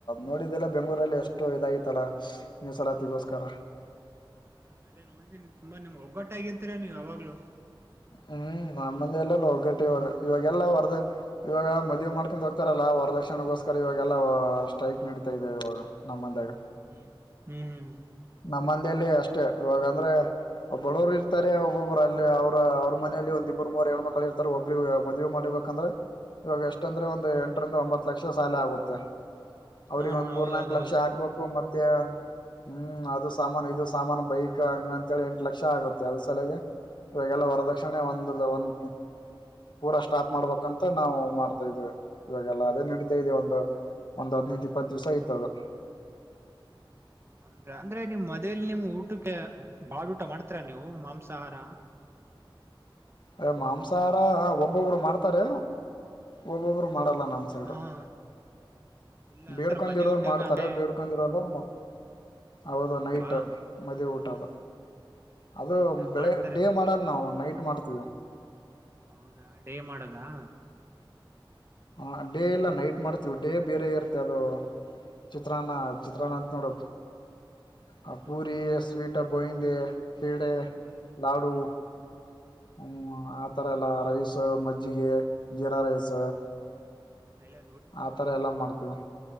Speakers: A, on the left; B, on the right.
A: ನೋಡಿದ್ದಲ್ಲ ಬೆಂಗಳೂರಲ್ಲಿ ಎಷ್ಟು ಇದಾಗಿತ್ತಲ್ಲಾ ಮಿಸಲಾತಿಗೋಸ್ಕರ..
B: ಹ್ಮ್ ಅದೇ ನೋಡಿದ್ದೀನಿ ತುಂಬಾ ನಿಮ್ಗ್ ಒಗ್ಗಟ್ಟ ಆಗಿರ್ತೀರಾ ನೀವು ಯಾವಾಗ್ಲೂ..
A: ಹ್ಮ್ ನಮ್ಮಂದಿ ಎಲ್ಲೆಲ್ಲ ಒಗ್ಗಟ್ಟು ಇವಾಗ ಇವಾಗೆಲ್ಲ ವರ್ದ ಇವಾಗ ಮದುವಿ ಮಾಡ್ಕೊಂಡ್ ಹೋಗ್ತಾರಲ್ಲ.. ಪ್ರದಕ್ಷಣಗೋಸ್ಕರ ಇವಾಗೆಲ್ಲ ಸ್ಟ್ರೈಕ್ ನಡೀತಾ ಇದೆ ಇವಾಗ ನಮ್ಮಂದಾಗ..
B: ಹ್ಮ್ ಹ್ಮ್ ಹ್ಮ್..
A: ನಮ್ಮ ಅಷ್ಟೇ ಇವಾಗ ಅಂದ್ರೆ ಬಡುರು ಇರ್ತಾರೆ ಒಬ್ಬೊಬ್ಬರು ಅಲ್ಲಿ ಅವರು.. ಅವ್ರ ಮನೇಲಿ ಒಂದಿಬ್ರು ಮೂರು ಎರ ಮಕ್ಕಳ ಇರ್ತಾರೆ ಒಬ್ಬ್ರ ಮದುವೆಮಾಡಿಬೇಕಂದ್ರೆ ಇವಾಗ ಎಷ್ಟು.. ಷ್ಟ ಅಂದ್ರೆ ಒಂದು
B: ಹ್ಮ್
A: ಎಂಟರಿಂದ ಒಂಬತ್ ಲಕ್ಷ ಸಾಲ ಆಗುತ್ತೆ ಅವ್ರಿಗೆ
B: ಹಾ
A: ಒಂದ
B: ಹಾ
A: ಮೂರ್
B: ಹೌದೌದೌದು
A: ನಾಕು ಲಕ್ಷ ಆಗ್ಬೇಕು ಮೆ.. ಮತ್ತ ಹ್ಮ್ ಅದು
B: ಹ್ಮ್
A: ಸಾಮಾನ ಇದು ಸಾಮಾನ ಬೈಕ್.. ಹಂಗ ಅಂತೇಳಿ ಎಂಟು ಲಕ್ಷ ಆಗುತ್ತೆ ಅದ ಸಲಗೆ ಇವಾಗಲ್ಲ ವರದಕ್ಷಣೆ ಒಂದು ಒಂದ.. ಪೂರ ಸ್ಟಾಪ್ ಮಾಡ್ಬೇಕಂತ ನಾವು ಮಾಡ್ತಾ ಇದ್ವಿ ಇವಾಗೆಲ್ಲ ಅದೇ ನಡೀತಾ ಇದೆ ಒಂದು.. ಒಂದ್ ಹದನೈದು ಇಪ್ಪತ್ತು ದಿವ್ಸ ಆಯ್ತದ..
B: ಅಂದ್ರ ಅಂದ್ರೆ ನಿಮ್ಮ ಮದ.. ಮದುವೆಅದೇಲ್ಲಿ ನಿಮ್ ಊಟಕ್ಕೆ ಬಾಳ ಊಟ ಮಾಡ್ತರಾ ನೀವು ಮಾಂಸಾಹಾರ.
A: ಅ ಮಾಂಸಾಹಾರ ಒಬ್ಬೊಬ್ರು ಮಾಡ್ತಾರೆ ಒಬ್ಬೊಬ್ರು ಮಾಡಲ್ಲ.. ನಮ ಸೈಡ್
B: ಹಾ ಹಾ ಇಲ್ಲ
A: ಬೇಡ್ಕೊಂಡಿರೋರು
B: ಆತರ ಮದ್ವೆ ಊಟಕ್ಕೆ
A: ಮಾಡ್ತಾರೆ
B: ಅಂದ್ರೆ
A: ಬೇಡ್ಕೊಂಡಿರೋಲ್ಲರು ಅವದ ನೈಟ್
B: ಅಲ್ವಾ
A: ಮದವಿ ಊಟದ
B: ಹ್ಮ್ ಹ್ಮ್
A: ಅದು
B: ಇಲ್ಲ
A: ಬೆಳೆ
B: ಮಾಡ್ತಾರೆ
A: ಡೇ ಮಾಡಲ್ ನಾವು ನೈಟ್ ಮಾಡ್ತವಿ..
B: ಹೌದಾ ಡೇ ಮಾಡದಾ..
A: ಹ ಡೇ ಇಲ್ಲ ನೈಟ್ ಮಾಡ್ತೀವಿ ಡೇ ಬೇರೆ ಇರುತ್ತೆ ಅದು.. ಚಿತ್ರಾನ್ನ ಚಿತ್ರಾನ್ನ ಅಂತ ನೋಡ.. ಆ ಪೂರಿ ಸ್ವೀಟ ಬೋಯಿಂದೆ.. ಕೀಡೆ
B: ಹ್ಮ್ ಹ್ಮ್
A: ಲಾಡೂ
B: ಹ್ಮ್
A: ಹ್ಮ್.. ತರ ಎಲ್ಲ ರೈಸ್ ಮಜ್ಜಿಗೆ.. ಜೀರಾ ರೈಸ್
B: ಹ್ಮ್ ಹ್ಮ್ ಇಲ್ಲ
A: ಆತರ ಎಲ್ಲಾ ಮಾಡ್ತೇವಿ..